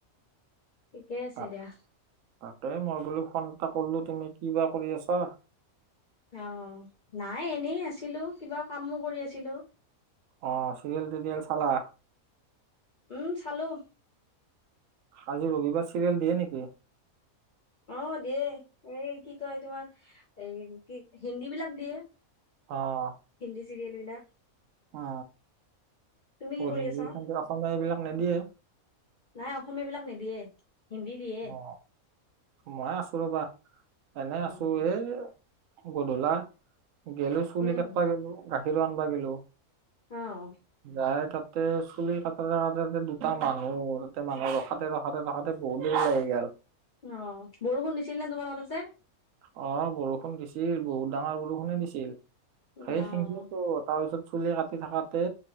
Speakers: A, on the left; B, on the right.
A: ঠিকে আছে
B: তাক
A: দিয়া।
B: তাকে মই বোলো ফোন এটা কৰিলো তুমি কি বা কৰি আছা?
A: অ, নাই এনেই আছিলো কিবা কামো কৰি আছিলো।
B: অ, চিৰিয়েল-তিৰীয়েল চালা?
A: উম চালোঁ।
B: আজি ৰবিবাৰ চিৰিয়েল দিয়ে নেকি?
A: অ, দিয়ে এই কি কয় তোমাৰ এ কি হিন্দী বিলাক দিয়ে।
B: আহ।
A: হিন্দী চিৰিয়েল বিলাক।
B: অ,
A: তুমি কি
B: অ
A: কৰি
B: হিন্দী
A: আছা?
B: খ অসমীয়া এইবিলাক নিদিয়ে।
A: নাই অসমীয়া বিলাক নিদিয়ে, হিন্দী দিয়ে।
B: অ মই আছো ৰবা এনে
A: উম।
B: আছো এই গধূলা গেলো চুলি
A: উম,
B: কাটবা গলো গাখীৰো আনবা গলো।
A: অ',
B: যাই তাত, ততে চুলি কাটতে কাটেতে দুটা মানুহতে মানুহে ৰখাতে ৰখাতে ৰখাতে বহুত দেৰি লাগি গাল।
A: অ, বৰষুণ দিছিল নে তোমালোকৰ তাতে?
B: অ, বৰষুণ দিছিল। বহুত ডাঙৰ বৰষুণে দিছিল।
A: অ',
B: সেই শিখিলেতো তাৰপিছত চুলি কাটি থাকতে